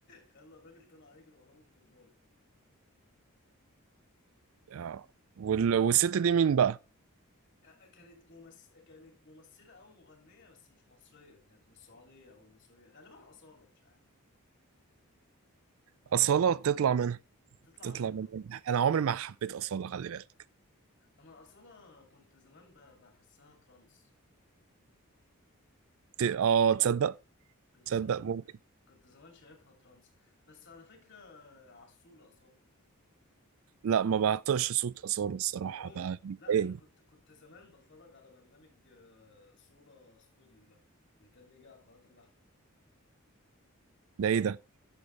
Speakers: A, on the left (about 50°); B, on the right (about 65°).
A: خلى الراجل طلع يجري وراه بالكرباج
B: اه وال... والست دي مين بقى
A: أ- كانت ممس... كانت ممثلة أو مغنية بس مش مصرية كانت من السعودية أو من سوريا غالبا أصالة مش عارف
B: أصالة تطلع منها
A: تطلع
B: تطلع
A: منها
B: منها انا عمري ما حبيت أصالة خلي بالك
A: أنا أصالة كنت زمان ب... بحسها ترانس
B: ت... اه تصدق
A: كنت
B: تصدق
A: زمان
B: ممكن
A: كنت زمان شايفها ترانس بس على فكرة عسولة أصالة
B: لا ما بعطيش صوت أصالة الصراحة
A: وأم
B: بقى بيضايقني
A: لا أنا كنت كنت زمان بتفرج على برنامج آه، صولة ستوديو ده اللي كان بيجي على قناة النحو
B: ده ايه ده